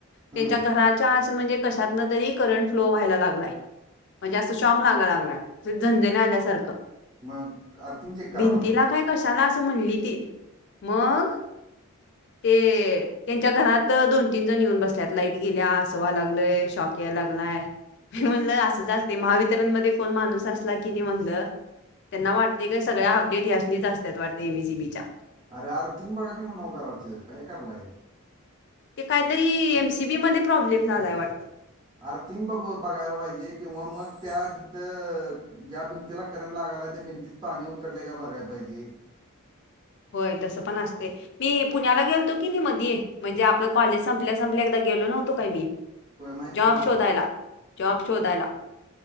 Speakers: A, on the right; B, on the left.
A: हम्म,
B: त्यांच्या घराच्या अस म्हणजे कशातन तरी करंट फ्लो व्हायला लागलाय म्हणजे असं शॉक लागाला लागला अस झणझन्या आल्या आल्यासारखं
A: मग अर्थिंग चेक करा
B: भिंतीला
A: म्हणायचं
B: काय कशाला असं म्हणली ती मग <unintelligible> ते त्यांच्या घरात दोन तीन जण येऊन बसल्यात लाईट गेल्या अस व्हाय लागलय शॉक याय लागलाय. मी म्हणल असंच असते महावितरणमध्ये कोण माणूस असला की नी म्हणलं त्यांना वाटते काय सगळ्या अपडेट ह्यास्नीच असत्यात वाटते एम ए सी बी च्या
A: अरे आर्थिंग बघा की म्हणाव घराचं काय करलाय
B: क कायतरी एम सी बी मध्ये प्रॉब्लेम झालाय वाटत.
A: आर्थिंग बघ बघायला पाहिजे किंवा मग त्या जिथं ज्या भिंतीला करंट लागालाय त्या भिंतीत पाणी उतरलय काय बघाय पाहिजे.
B: होय तसं पण असतंय मी पुण्याला गेलतो की नी मधी म्हणजे आपलं कॉलेज संपल्यास संपल्या एकदा गेलो नव्हतो काय मी
A: तुला माहिती
B: जॉब
A: आहे का मला
B: शोधायला जॉब शोधायला